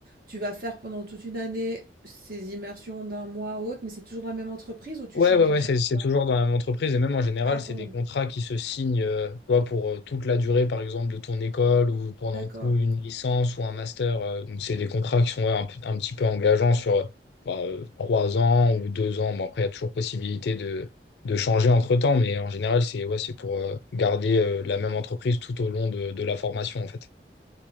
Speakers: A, on the right (about 55°); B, on the left (about 70°).
A: tu vas faire pendant toute une année ces immersions d'un mois ou autre, mais c'est toujours la même entreprise ou tu
B: Ouais,
A: changes
B: ouais, ouais,
A: à chaque
B: c'est c'est
A: fois?
B: toujours dans la même entreprise et même en général,
A: Ah,
B: c'est
A: quand
B: des
A: même.
B: contrats qui se signent euh, tu vois, pour euh, toute la durée, par exemple, de ton école ou pendant
A: D'accord.
B: tout une licence ou un master. euh, donc, c'est des contrats qui sont ouais, un, p- un petit peu engageants sur euh, bah, euh, trois ans ou deux ans. Bon, après, il y a toujours possibilité de, de changer entre-temps, mais en général, c'est ouais, c'est pour euh, garder euh, la même entreprise tout au long de, de la formation, en fait.